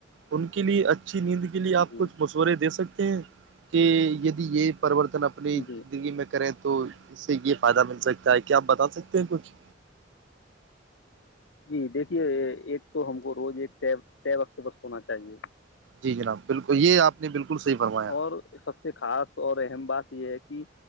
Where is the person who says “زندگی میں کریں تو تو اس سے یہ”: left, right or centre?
Right